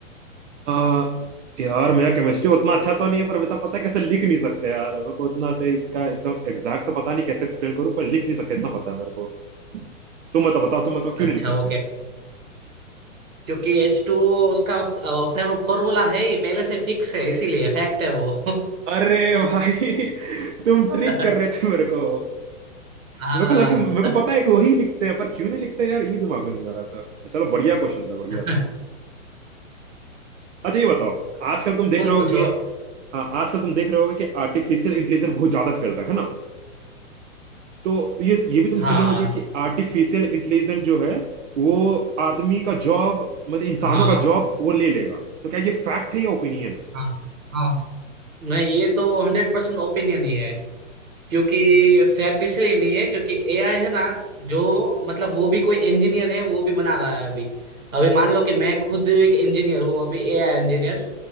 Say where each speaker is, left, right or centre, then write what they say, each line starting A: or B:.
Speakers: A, on the right; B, on the right.
A: आ, यार मेरा केमिस्ट्री उतना अच्छा तो नहीं है पर बेटा पता है कैसे लिख नहीं सकते यार मेरे को उतना से इसका एकदम एग्जैक्ट तो पता नहीं कैसे एक्सप्लेन करूं पर लिख नहीं सकते इतना पता है मेरे को तुम बताओ बताओ तुम बताओ क्यों
B: अच्छा
A: नहीं लिख सकते
B: ओके क्योंकि एच टू ओ उसका फॉर्मूला है ही पहले से फिक्स है इसीलिए फैक्ट है वो
A: अरे भाई <laughs> तुम
B: <laughs>
A: ट्रिक कर रहे थे मेरे को
B: हाँ
A: मेरे को लगे मेरे को पता है कि वही लिखते हैं पर क्यों नहीं लिखते यार ये दिमाग में नहीं आ रहा था चलो बढ़िया क्वेश्चन था बढ़िया
B: <laughs>
A: था अच्छा ये बताओ आजकल तुम देख
B: तुम
A: रहे होगे
B: पूछो
A: हाँ आजकल तुम देख रहे होगे कि आर्टिफिशियल इंटेलिजेंस बहुत ज्यादा फैल रहा है ना तो ये ये भी तुम
B: हाँ
A: सुने होगे कि आर्टिफिशियल इंटेलिजेंस जो है वो आदमी का जॉब मतलब इंसानों
B: हाँ
A: का जॉब वो ले लेगा तो क्या ये फैक्ट है या ओपिनियन है
B: हाँ हाँ नहीं ये तो हंड्रेड परसेंट ओपिनियन ही है क्योंकि फैक्ट इसलिए नहीं है क्योंकि एआई है ना जो मतलब वो भी कोई इंजीनियर है वो भी बना रहा है अभी अभी मान लो कि मैं खुद एक इंजीनियर हूँ अभी एआई इंजीनियर